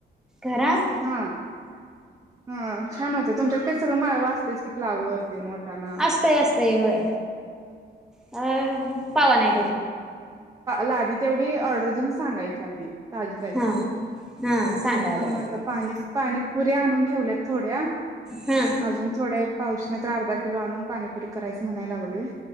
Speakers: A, in the centre; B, on the right (about 20°).
A: घरात?
B: हा हा छान होत्या तुमच्यात काही सगळं माळ वात की फ्लावर तेन वटाणा
A: असतय असतय होय अ पावा ना
B: ला आधी तेवढी ऑर्डर देऊन सांगायची च्याचादी ताजी ताजी
A: हा. हा सांगायला
B: मी पण
A: पाहिजे
B: आता पाणी पाणी पुरी्या आणून ठेवल्यात थोड्या
A: हा
B: अजून थोड्या पाऊस नाही तर अर्धा किलो आणून पाणीपुरी करायच म्हणायला लागलोय